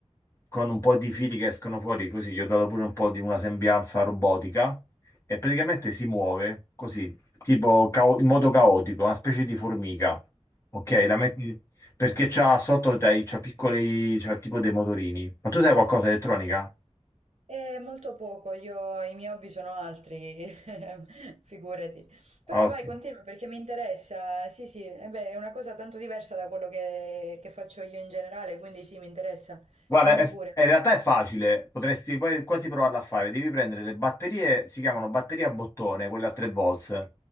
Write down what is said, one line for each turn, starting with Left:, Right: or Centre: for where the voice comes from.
Left: con un po' di fili che escono fuori, così gli ho dato pure un po' di una sembianza robotica e praticamente si muove così, tipo cao- in modo caotico, una specie di formica. Ok, la metti perché c'ha sotto dai, c'ha piccoli, c'ha tipo dei motorini. Ma tu sai qualcosa di elettronica?
Right: E molto poco, io i miei hobby sono altri, <laughs> figurati. Però
Left: Ah, ok.
Right: vai, continua perché mi interessa. Sì, sì, e beh, è una cosa tanto diversa da quello che, che faccio io in generale, quindi sì, mi interessa.
Left: Guarda,
Right: Dimmi
Left: è-
Right: pure.
Left: è- in realtà è facile, potresti qua- quasi provarla a fare. Devi prendere le batterie, si chiamano batterie a bottone, quelle a 3 volts,